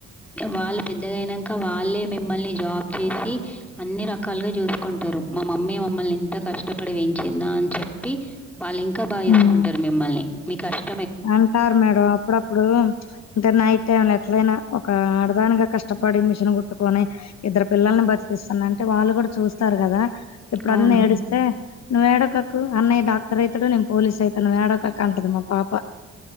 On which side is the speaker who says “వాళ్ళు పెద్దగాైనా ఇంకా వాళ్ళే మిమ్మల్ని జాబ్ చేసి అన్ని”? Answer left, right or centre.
Centre